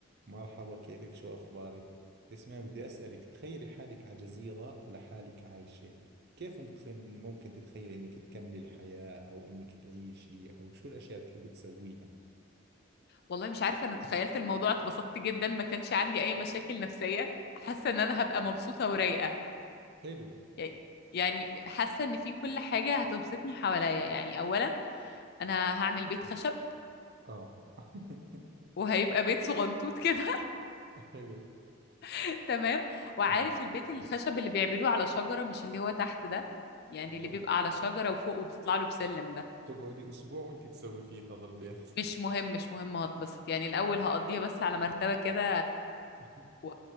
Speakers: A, on the right; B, on the left.
A: مرحبا كيفك شو أخبارك؟ اسمعي بدي أسألك تخيلي حالك على جزيرة لحالك عايشة كيف متخ- ممكن تتخيلي إنك تكملي الحياة أو إنك تعيشي أو شو الأشياء اللي بتحبي تسويها؟
B: والله مش عارفة أنا تخيلت الموضوع اتبسطت جدا ما كانش عندي أي مشاكل نفسية حاسة إن أنا هبقى مبسوطة ورايقة
A: حلو
B: يعني يعني حاسة إن في كل حاجة هتبسطني حواليا يعني أولا أنا هعمل بيت خشب
A: آه <laughs>
B: وهيبقى بيت صغنطوط كده
A: حلو
B: <laughs> تمام وعارف
A: آه.
B: البيت الخشب اللي بيعملوه على شجرة مش اللي هو تحت ده يعني
A: طب
B: اللي بيبقى على شجرة وفوق وبتطلع له بسلم ده
A: تقعدي أسبوع وأنت تسوي فيه هذا البيت
B: مش مهم مش مهم هتبسط يعني الأول هقضيها بس على مرتبة كده
A: <laughs>
B: و...